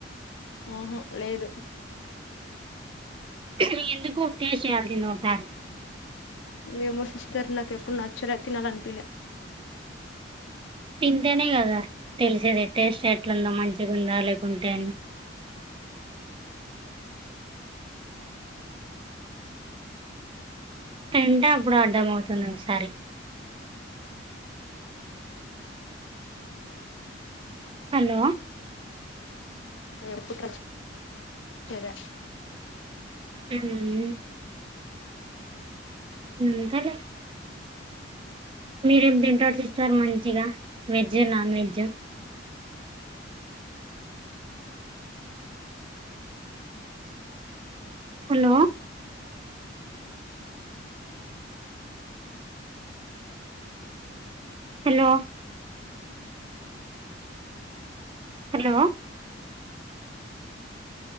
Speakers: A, on the left (about 80°); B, on the right (about 30°).
A: ఊహు లేదు
B: నువ్వు ఎందుకు టేస్ట్ చేయాల్సింది ఒకసారి
A: ఏమో సిస్టర్ నాకు ఎప్పుడు నాచ్చలే తినాలి అనిపిలే
B: తింటేనే కదా తెలిసేది టేస్ట్ ఎట్లుందో మంచిగా ఉందా లేకుంటే అని తింటే అప్పుడు అర్థం అవుతుంది ఒకసారి హలో
A: <unintelligible>
B: మ్ యూ మ్ అంతేలే మీరేం తింటారు ఇస్తారు మంచిగా veg non veg hello hello hello